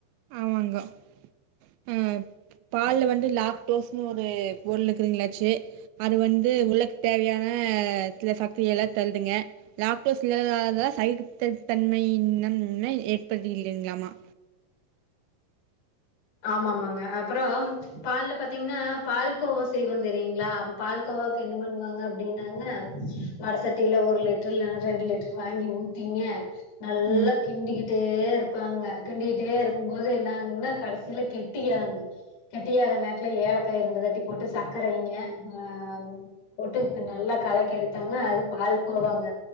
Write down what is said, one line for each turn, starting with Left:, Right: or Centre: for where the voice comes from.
Right: ஆமாங்கோ ஆ பால்ல வந்து லாக்டோஸ்னு ஒரு பொருள் இக்குதுங்களாச்சு அது வந்து உள்ளக்கு தேவையான சில சக்தியெல்லா தருதுங்க லாக்டோஸ் சில இல்லாத சகித்த தன்மைையினம்ம ஏற்படுத்தீங்களாமா
Left: ஆமா ஆமாங்க அப்புறோம் பால்ல பாத்தீங்ன்னா பால் கோவா செய்வோந் தெரியீங்களா பால் கோவாவுக்கு என்ன பண்ணுவாங்க அப்டின்னாங்க வட சட்டியில ஒரு லிட்டர் இல்லைன்னா ரெண்டு லிட்டர் வாங்கி ஊத் திங்க நல்லா
Right: ம்
Left: கிண்டிக்கிட்டே இருப்பாங்க கிண்டிக்கிட்டே இருக்கும் போது என்னாகுங்ன்னா கடைசி கடைசில கெட்டியா கெட்டியாக நேரத்ல ஏலக்காய் இருண்டு தட்டி போட்டு சர்க்கரை இங்க ஆ போட்டு நல்லா கலக்க எடுத்தாங்க அது பால் கோவாங்க